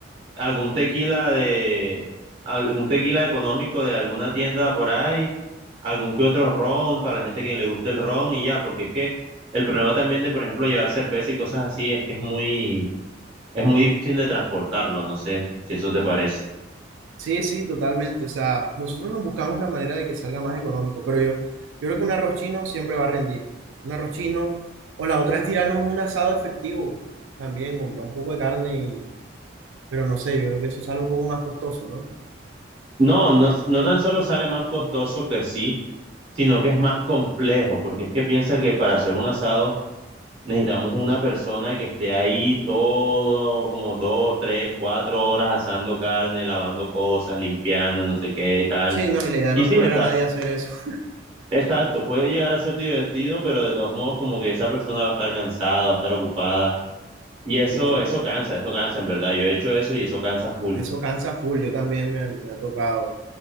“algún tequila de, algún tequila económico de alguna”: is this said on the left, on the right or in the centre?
Right